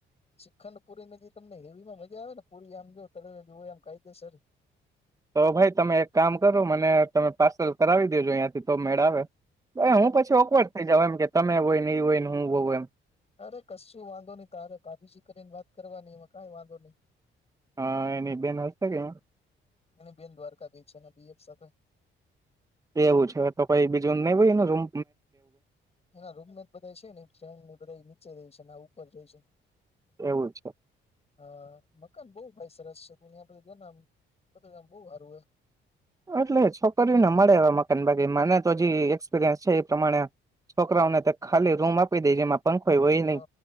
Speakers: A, on the left; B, on the right.
A: શ્રીખંડ પુરીને જે તમને હેવીમાં મજા આવે ને પુરી આમ <unintelligible> જુઓ એમ કાઈદેસર
B: તો ભાઈ તમે એક કામ કરો મને તમે પાર્સલ કરાવી દેજો અંયા તો મેળ આવે હું પછી ઓકવર્ટ થઈ જાવ એમ કે તમે હોય ને એ હોય ને હું હોવ એમ
A: અરે કશું વાંધો નહી તારે ભાભીજી કરીને વાત કરવાની એમાં કઈ વાંધો નહી
B: હા એની બેન હશે કે
A: એની બેન દ્વારકા ગઈ છે એના બીએફ સાથે
B: એવું છે તો કઈ બીજું નઈ હોય ને રૂમ
A: એના રૂમમેટ બધા છે ને ફ્રેડ ને બધા નીચે ર છે ઉપર ર છે
B: કઈ એવું છે
A: હ મકાન બો ભાઈ સરસ છે <unintelligible> જો ને આમ બધું હારુ હૈ
B: એટલે છોકરીઓને મળે એ મકાન બાકી મને તો જે એક્સપિરિયન્સ છે એ પ્રમાણે છોકરાઓને ખાલી રૂમ આપી દે જેમાં પંખોય હોય
A: હ
B: નહી